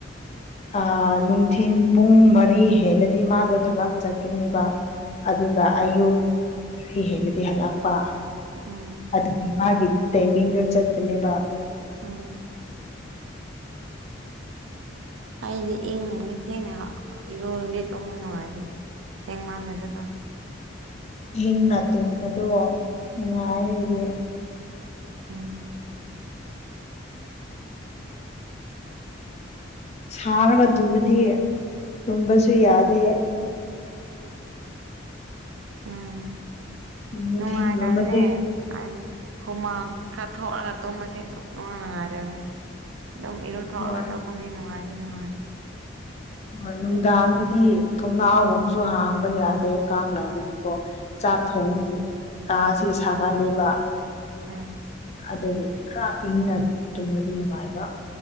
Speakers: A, on the left (about 35°); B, on the right (about 80°).
A: ꯑꯥ ꯅꯨꯡꯊꯤꯟ ꯄꯨꯡ ꯃꯔꯤ ꯍꯦꯜꯂꯗꯤ ꯃꯥꯗꯣ ꯊꯕꯛ ꯆꯠꯀꯅꯦꯕ ꯑꯗꯨꯒ ꯑꯌꯨꯛ
B: ꯎꯝ
A: ꯐꯤ ꯍꯦꯜꯂꯗꯤ ꯍꯜꯂꯛꯄ
B: ꯍꯛ ꯎꯝ
A: ꯑꯗꯨꯒꯤ ꯃꯥꯒꯤ ꯇꯥꯏꯃꯤꯡꯗ ꯆꯠꯄꯅꯦꯕ
B: ꯎꯝ ꯑꯩꯗꯤ ꯏꯪꯉꯅꯤ ꯊꯦꯡꯅ ꯍꯥ ꯏꯔꯨꯔꯗꯤ ꯇꯨꯝꯕ ꯅꯨꯡꯉꯥꯏꯇꯦ ꯊꯦꯡꯃꯜꯂꯁꯨꯀꯣ
A: ꯏꯟꯅ ꯇꯨꯝꯕꯗꯣ ꯉꯥꯏꯂꯩꯔ
B: ꯎꯝ
A: ꯁꯥꯔꯒ ꯇꯨꯝꯕꯗꯤ ꯇꯨꯝꯕꯁꯨ ꯌꯥꯗꯦ
B: ꯎꯝ
A: ꯅꯨꯡꯊꯤꯟꯒꯨꯝꯕꯗꯤ
B: ꯅꯨꯡꯉꯥꯏꯗꯕꯅꯦ ꯍꯥꯏꯗꯤ ꯍꯨꯃꯥꯡ ꯈꯔ ꯊꯣꯛꯑꯒ ꯇꯨꯝꯕꯁꯦ ꯑꯗꯨ ꯅꯨꯡꯉꯥꯏ ꯉꯥꯏꯗꯕꯅꯤ ꯑꯗꯨꯝ ꯏꯔꯨꯊꯣꯛꯑꯒ
A: ꯍꯣꯏ
B: ꯑꯗꯨꯝꯗꯤ ꯅꯨꯡꯉꯥꯏꯗꯤ ꯅꯨꯡꯉꯥꯏꯌꯦ꯫
A: ꯍꯣꯏ ꯅꯨꯡꯗꯥꯡꯗꯗꯤ ꯊꯣꯡꯅꯥꯒꯨꯝꯁꯨ ꯍꯥꯡꯕ ꯌꯥꯗꯦ ꯀꯥꯡꯅꯒꯤꯀꯣ ꯆꯥꯛ
B: ꯎꯝ
A: ꯊꯣꯡꯕꯒꯤ ꯀꯥ ꯑꯁꯤ ꯁꯥꯒꯜꯂꯤꯕ
B: ꯎꯝ
A: ꯑꯗꯒꯤ ꯈꯔ ꯏꯪꯅ ꯇꯨꯝꯕꯗꯤ ꯅꯨꯡꯉꯥꯏꯕ꯫